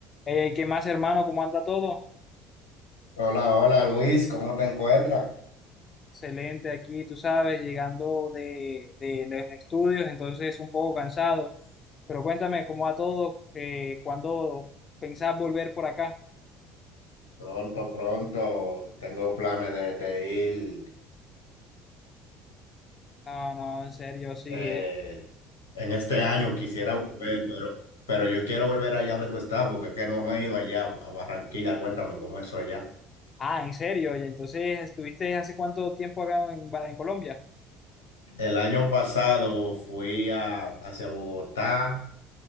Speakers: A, on the left; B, on the left.
A: Eh, ¿qué más, hermano? ¿Cómo anda todo?
B: Hola, hola Luis, ¿cómo te encuentras?
A: Excelente aquí, tú sabes, llegando de, de los estudios, entonces un poco cansado. Pero cuéntame, ¿cómo va todo? Eh, ¿cuándo pensás volver por acá?
B: Pronto, pronto, tengo planes de, de ir
A: No, no, en serio, sí.
B: eh,
A: eh.
B: en este año, quisiera volver, pero, pero yo quiero volver allá donde tú estás, porque es que no, no he ido allá a Barranquilla, cuéntame cómo es eso allá.
A: Ah, en serio. Y entonces, ¿estuviste hace cuánto tiempo acá en, en Colombia?
B: El año pasado fui a, hacia Bogotá,